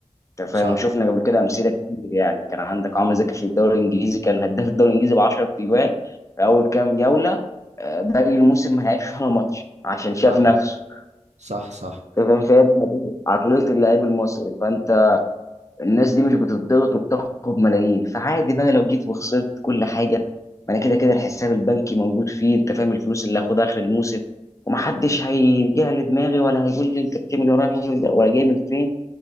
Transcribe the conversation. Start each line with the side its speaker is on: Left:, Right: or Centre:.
Left: انت فاهم
Right: صح
Left: وشفنا قبل كده امثله كتير يعني كان عندك عمرو زكي في الدوري الانجليزي كان هداف الدوري الانجليزي ب 10 تجوان في اول كام جوله آه، باقي الموسم ما لعبش ولا ماتش عشان شاف
Right: صح
Left: نفسه
Right: صح صح
Left: انت فاهم فهي دي عقليه اللاعب المصري فانت الناس دي مش بتضغط وبتاخد ملايين فعادي بقى لو جيت وخسرت كل حاجه ما انا كده كده الحساب البنكي موجود فيه انت فاهم الفلوس اللي هاخدها اخر الموسم ومحدش هيجي لي دماغي ولا هيقول لي انت بتعمل ورايح إيه ولا جاي من فين